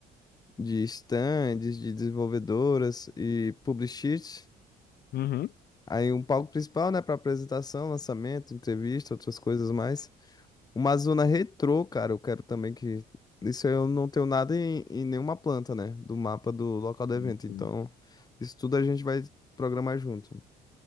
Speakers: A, on the left; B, on the left.
A: de stands, de desenvolvedoras e publicists.
B: Uhum,
A: Aí um palco principal, né, para apresentação, lançamento, entrevista, outras coisas mais. Uma zona retrô, cara, eu quero também que. Isso eu não tenho nada em, em nenhuma planta, né? Do mapa do local do
B: Sim,
A: evento. Então,
B: sim.
A: isso tudo a gente vai programar junto.